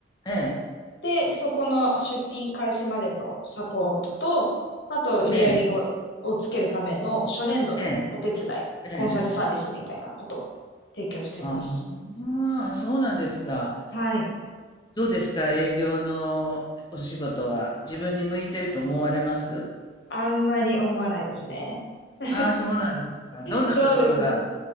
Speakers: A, on the left; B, on the left.
A: ええ、
B: で、そこの出品開始までのサポートと、あと売上を、
A: ええ、
B: をつけるための初年度のお手伝い、
A: ええ、ええ。
B: コンサルサービスみたいなことを提供してます。
A: ああ、そうなんですか。
B: はい。
A: どうですか、営業のお仕事は。自分に向いてると思われます
B: あんまり思わないですね。<laughs>
A: ああ、そうなんですか。どんなところが
B: そうですね。